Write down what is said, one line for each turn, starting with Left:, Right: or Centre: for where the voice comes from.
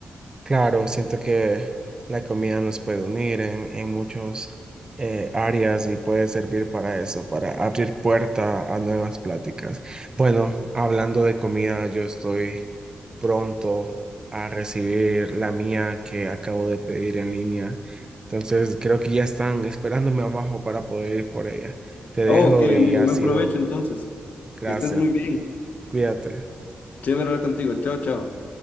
Right: Claro, siento que la comida nos puede unir en, en muchos eh, áreas y puede servir para eso, para abrir puerta a nuevas pláticas. Bueno, hablando de comida, yo estoy pronto a recibir la mía que acabo de pedir en línea. Entonces creo que ya están esperándome abajo para poder ir por ella. Te dejo
Left: Oh, ok,
Right: y
Left: amigo,
Right: ha
Left: buen
Right: sido
Left: provecho entonces.
Right: gracias.
Left: Que estés muy bien.
Right: Cuídate.
Left: Chévere hablar contigo. Chao, chao.